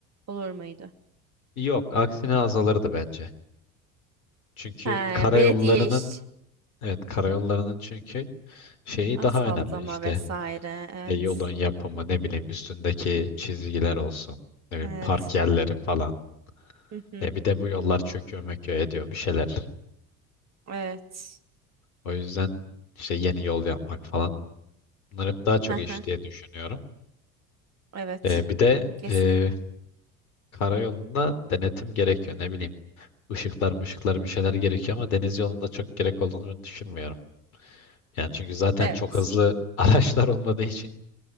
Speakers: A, on the right; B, on the left.
A: olur muydu?
B: Yok, aksine azalırdı bence. Çünkü
A: He,
B: karayollarının
A: belediye iş,
B: evet karayollarının çünkü şeyi
A: asfaltlama
B: daha önemli işte
A: vesaire. Evet.
B: E, yolun yapımı ne bileyim üstündeki çizgiler olsun ne bileyim
A: Evet.
B: park yerleri falan.
A: Hı hı.
B: E bir de bu yollar çöküyor möküyor ediyor bir şeyler.
A: Evet.
B: O yüzden işte yeni yol yapmak falan bunlar hep daha çok
A: Hı
B: iş
A: hı.
B: diye düşünüyorum.
A: Evet.
B: E, bir de
A: Kesinlikle.
B: e, karayolunda denetim gerekiyor ne bileyim ışıklar mışıklar bir şeyler gerekiyor ama deniz yolunda çok gerek olduğunu düşünmüyorum. Yani çünkü zaten
A: Evet.
B: çok hızlı <laughs> araçlar olmadığı için